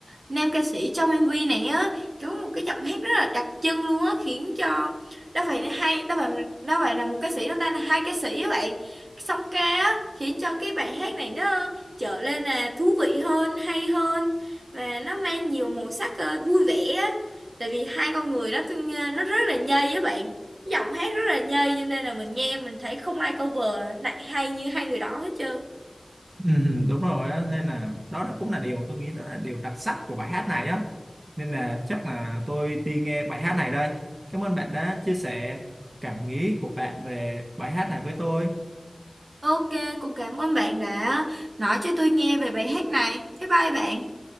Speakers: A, on the right (about 70°); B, on the right (about 45°).
A: nam ca sĩ trong MV này á có một cái giọng hát rất là đặc trưng luôn á khiến cho đó phải là hai đó phải đó phải là một ca sĩ đó ta là hai ca sĩ á bạn song ca á khiến cho cái bài hát này nó trở lên là thú vị hơn hay hơn và nó mang nhiều màu sắc ờ, vui vẻ á tại vì hai con người đó nó rất là nhây á bạn giọng hát rất là nhây cho nên là mình nghe mình thấy không ai cover lại hay như hai người đó hết trơn
B: Ừ, ừ, đúng rồi đó nên là đó là cũng là điều tôi nghĩ đó là điều đặc sắc của bài hát này á nên là chắc là tôi đi nghe bài hát này đây cảm ơn bạn đã chia sẻ cảm nghĩ của bạn về bài hát này với tôi
A: Ok, cũng cảm ơn bạn đã nói cho tôi nghe về bài hát này. Bye bye bạn.